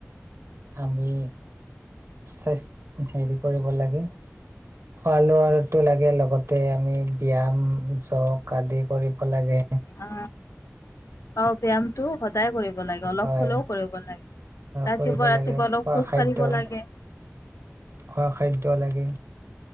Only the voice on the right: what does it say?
আমি স্বাস্থ্য হেৰি কৰিব লাগে। খোৱা লোৱাতো লাগে লগতে আমি ব্যায়াম, জক আদি কৰিব লাগে।
হয়
কৰিব লাগে
খোৱা
খাদ্যৰ
খোৱা খাদ্য লাগে।